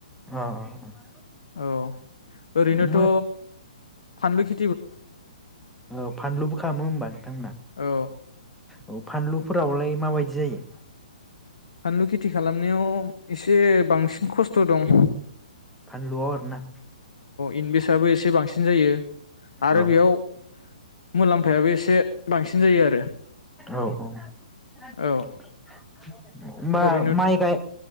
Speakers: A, in the centre; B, on the left.
A: अ अ
B: औ ओरैनोथ'
A: मो
B: फानलु खि
A: औ फानलुबो खालामो होमबा नोंथांमोना?
B: औ
A: औ फानलुफोरावलाय माबायदि जायो?
B: फानलु खेथि खालामनायाव एसे बांसिन खस्थ दं।
A: फानलुआव आरो ना?
B: इनभेसआबो एसे बांसिन जायो। आरो
A: औ
B: बेयाव मुलाम्फायाबो एसे बांसिन जायो आरो।
A: औ -औ। <unintelligible>
B: औ
A: मा
B: ओरैनो
A: माइ गाय